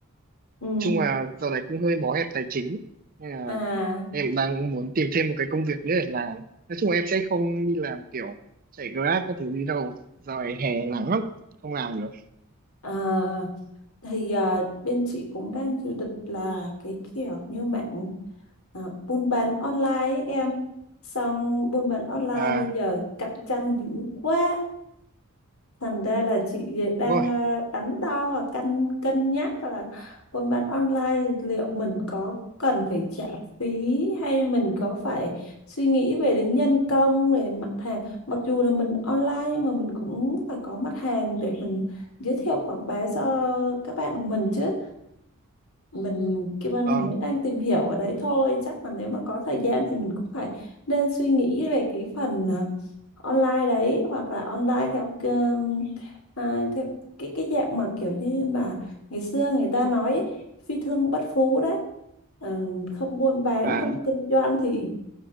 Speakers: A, on the left; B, on the right.
A: ừ,
B: Nói chung là giờ này cũng hơi bó hẹp tài chính nên là
A: à,
B: em đang muốn tìm thêm một cái công việc nữa để làm nói chung là em sẽ không đi làm kiểu chạy Grab các thứ gì đâu giờ này hè nắng lắm không làm được
A: à thì à, bên chị cũng đang dự định là cái kiểu như mạng à, buôn bán online ấy em xong buôn bán online
B: à
A: bây giờ cạnh tranh dữ quá Thành ra là chị
B: đúng
A: đang
B: rồi
A: ờ, đắn đo và cân cân nhắc là buôn bán online thì liệu mình có cần phải trả phí hay mình có phải suy nghĩ về đến nhân công về mặt hàng mặc dù là mình online nhưng mà mình cũng phải có mặt hàng để mình giới thiệu quảng bá cho các bạn của mình chứ mình Kim Anh
B: vâng
A: thì mới đang tìm hiểu ở đấy thôi chắc là nếu mà có thời gian thì mình cũng phải nên suy nghĩ về cái phần à, online đấy hoặc là online theo um, à, theo cái cái dạng mà kiểu như mà ngày xưa người ta nói ấy, phi thương bất phú đấy Ờ, không buôn bán
B: à
A: không kinh doanh thì